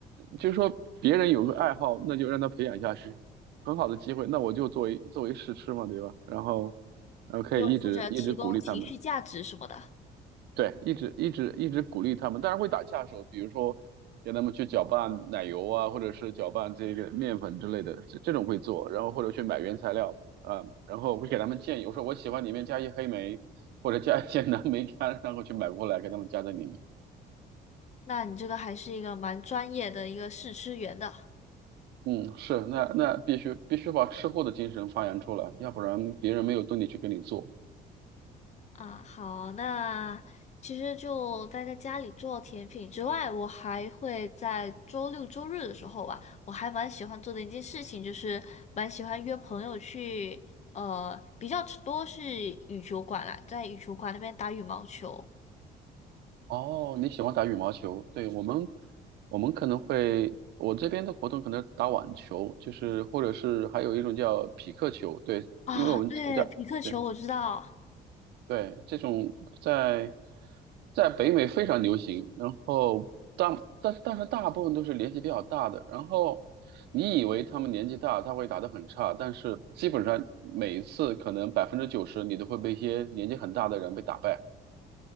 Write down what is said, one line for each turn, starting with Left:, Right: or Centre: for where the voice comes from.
Right: 就是说别人有个爱好，那就让他培养下去，很好的机会，那我就作为作为试吃嘛，对吧？然后然后可以一直一直鼓励他们。
Left: 就负责提供情绪价值什么的，
Right: 对，一直一直一直鼓励他们，当然会打下手，比如说让他们去搅拌奶油啊，或者是搅拌这个面粉之类的，这这种会做，然后或者去买原材料啊，然后会给他们建议，我说我喜欢里面加一黑莓或者加一些蓝莓干，然后去买过来给他们加在里面。
Left: 那你这个还是一个蛮专业的一个试吃员的。
Right: 嗯，是，那那必须必须把吃货的精神发扬出来，要不然别人没有动力去给你做。
Left: 啊，好，那其实就待在家里做甜品之外，我还会在周六周日的时候吧，我还蛮喜欢做的一件事情，就是蛮喜欢约朋友去，呃，比较多是羽球馆啦，在羽球馆那边打羽毛球
Right: 哦，你喜欢打羽毛球？对，我们，我们可能会，我这边的活动可能打网球，就是或者是还有一种叫匹克球，对，
Left: 啊，
Right: 因为我们我家，
Left: 对，匹克球我知道，
Right: 对对，这种在在北美非常流行，然后大但但是大部分都是年纪比较大的，然后你以为他们年纪大，他会打得很差，但是基本上每一次可能百分之九十你都会被一些年纪很大的人被打败。